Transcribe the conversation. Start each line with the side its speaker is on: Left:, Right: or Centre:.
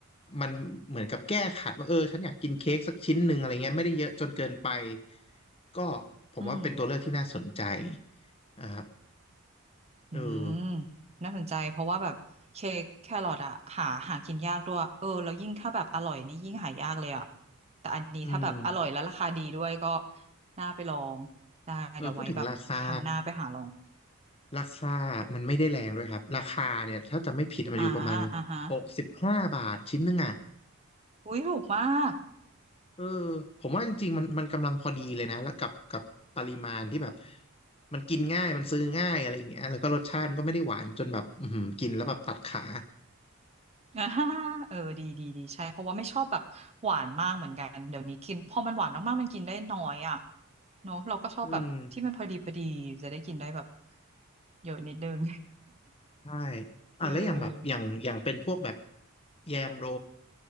Left: มันเหมือนกับแก้ขัดว่าเออฉันอยากกินเค้กสักชิ้นหนึ่งอะไรเงี้ยไม่ได้เยอะจนเกินไปก็ผมว่าเป็นตัวเลือกที่น่าสนใจ
Right: อืม
Left: นะครับ
Right: อืม
Left: เออ
Right: น่าสนใจเพราะว่าแบบเค้กแครอทอะหาหากินยากด้วยเออแล้วยิ่งถ้าแบบอร่อยนี่ยิ่งหายากเลยอะแต่อันนี้ถ้าแบบอร่อยและราคาดีด้วยก็
Left: อืม
Right: น่าไปลองได้เดี๋ยวไว้แบบครั้งหน้าไปหาลอง
Left: เออพูดถึงราคา ราคามันไม่ได้แรงด้วยครับ ราคาเนี่ยถ้าจะไม่ผิดมันอยู่ประมาณ
Right: อ่าอ่าฮะ
Left: หกสิบห้าบาทชิ้นหนึงอ่ะ
Right: อุ้ยถูกมาก
Left: เออผมว่าจริงๆมันมันกำลังพอดีเลยนะแล้วกับกับปริมาณที่แบบมันกินง่ายมันซื้อง่ายอะไรอย่างเงี้ยแล้วก็รสชาติมันก็ไม่ได้หวานจนแบบอือหือกินแล้วแบบตัดขา
Right: <laughs> อ่าเออดีดีดีใช่เพราะว่าไม่ชอบแบบหวานมากเหมือนกันเดี๋ยวนี้กินพอมันหวานมากๆมันกินได้น้อยอ่ะเนาะเราก็ชอบแบบที่มันพอดีพอดีจะได้กินได้แบบ
Left: อืม
Right: เยอะนิดนึง
Left: ใช่อ่ะแล้วอย่างแบบอย่างอย่างเป็นพวกแบบ
Right: <laughs> เออ
Left: แยมโร